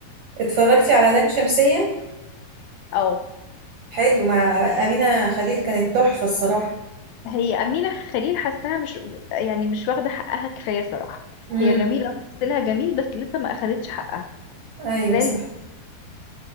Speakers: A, on the right; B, on the left.
A: اتفرجتي على لام شمسية
B: اه
A: حلو مع امينة خليل كانت تحفة الصراحة
B: هي أمينة خليل حاساها مش يعني مش واخدة حقها كفاية صراحة
A: امم
B: هي جميلة تمثيلها جميل بس لسه ما أخدتش حقها
A: ايوه
B: زي
A: صح
B: اللي